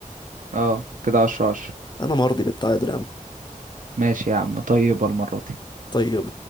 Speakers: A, on the right; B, on the left.
A: اه كده عشرة عشرة
B: أنا مرضي بالتعادل يا عم
A: ماشي يا عم طيبة المرة دي
B: طيب